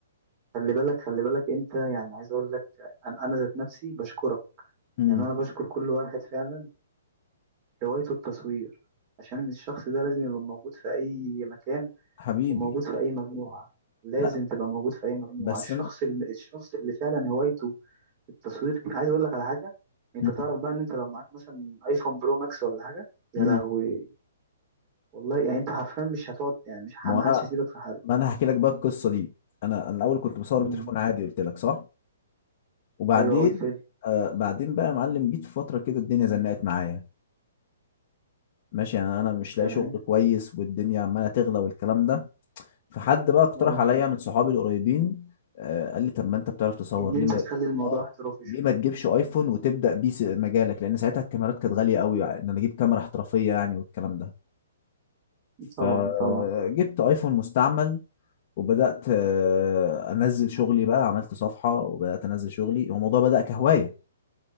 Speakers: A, on the right; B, on the left.
A: خلي بالك خلي بالك انت يعني عايز اقول لك انا انا ذات نفسي بشكرك
B: امم
A: يعني انا بشكر كل واحد فعلا هوايته التصوير عشان الشخص ده لازم يبقى موجود في اي مكان
B: حبيبي
A: وموجود في اي مجموعه لازم
B: لا
A: تبقى موجود في اي مجموعه
B: بس
A: الشخص
B: انا
A: اللي الشخص اللي فعلا هوايته التصوير دي عايز اقول لك على حاجه انت
B: امم
A: تعرف بقى ان انت لو معاك مثلا ايفون برو ماكس ولا حاجه يا
B: امم
A: لهوي والله يعني انت حرفيا مش هتقعد يعني مش
B: ما
A: ه- محدش
B: هو انا
A: يسيبك في حالك
B: ما انا هحكي لك بقى القصه دي انا انا الاول كنت بصور
A: مم.
B: بتليفون عادي قلت لك صح وبعدين
A: ايوه قلت لي
B: آه بعدين بقى يا معلم جيت في فتره كده الدنيا زنقت معايا ماشي انا انا مش
A: تمام
B: لاقي شغل كويس والدنيا عماله تغلى والكلام ده فحد بقى اقترح
A: اه
B: عليا من صحابي القريبين آه، قال لي طب ما انت بتعرف تصور
A: ان
B: ليه
A: انت
B: ما
A: تخلي الموضوع
B: اه
A: احترافي
B: ليه
A: شويه
B: ما تجيبش ايفون وتبدا بيه س- مجالك لان ساعتها الكاميرات كانت غاليه قوي يعني ان انا اجيب كاميرا احترافيه يعني والكلام ده
A: طبعا
B: فجبت
A: طبعا
B: ايفون مستعمل وبدات آه، انزل شغلي بقى عملت صفحه وبدات انزل شغلي هو الموضوع بدا كهوايه